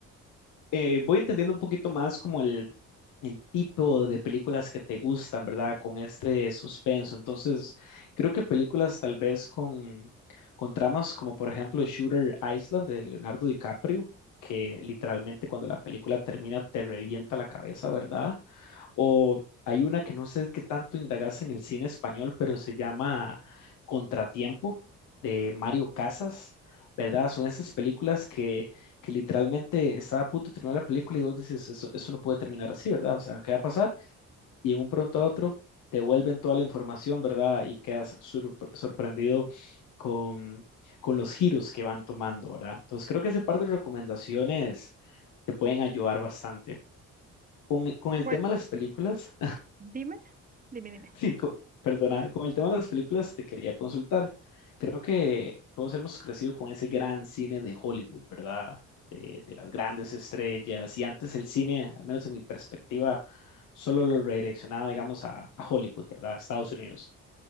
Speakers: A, on the left; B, on the right.
A: Eh, voy entendiendo un poquito más como el el tipo de películas que te gustan, ¿verdad? Con este suspenso. Entonces, creo que películas tal vez con, con tramas como por ejemplo Shooter Island de Leonardo DiCaprio, que literalmente cuando la película termina te revienta la cabeza, ¿verdad? O hay una que no sé qué tanto indagas en el cine español, pero se llama Contratiempo de Mario Casas, ¿verdad? Son esas películas que, que literalmente está a punto de terminar la película y vos dices, eso, eso no puede terminar así, ¿verdad? O sea, ¿qué va a pasar? Y en un pronto a otro te vuelven toda la información, ¿verdad? Y quedas sorpre- sorprendido con, con los giros que van tomando, ¿verdad? Entonces creo que ese par de recomendaciones te pueden ayudar bastante. Con, con el
B: Bueno,
A: tema de las películas,
B: dime, dime, dime.
A: Sí, co- perdona, con el tema de las películas te quería consultar. Creo que todos hemos crecido con ese gran cine de Hollywood, ¿verdad? De, de las grandes estrellas. Y antes el cine, al menos en mi perspectiva, solo lo redireccionaba, digamos, a, a Hollywood, ¿verdad? A Estados Unidos.